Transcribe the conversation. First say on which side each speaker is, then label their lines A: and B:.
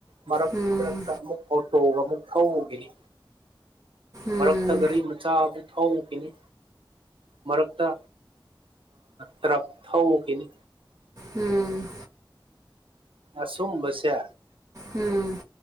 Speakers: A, on the right (about 85°); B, on the right (about 35°).
A: ꯃꯔꯛ
B: ꯎꯝ
A: ꯃꯔꯛꯇ ꯑꯃꯨꯛ ꯑꯣꯇꯣꯒ ꯑꯃꯨꯛ ꯊꯧꯒꯤꯅꯤ
B: ꯎꯝ
A: ꯃꯔꯛꯇ ꯒꯥꯔꯤ ꯃꯆꯥ ꯑꯃꯨꯛ ꯊꯧꯈꯤꯅꯤ ꯃꯔꯛꯇ ꯇꯥꯔꯛ ꯊꯧꯈꯤꯅꯤ
B: ꯎꯝ
A: ꯑꯁꯨꯝꯕꯁꯦ
B: ꯎꯝ